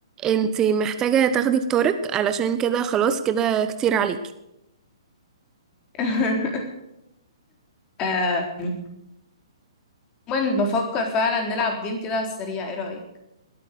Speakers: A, on the right; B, on the left.
A: انتي محتاجة تاخدي بطارق علشان كده خلاص كده كتير عليكي
B: <laughs> آم، عموما بفكر فعلا نلعب جيم كده على السريع ايه رأيك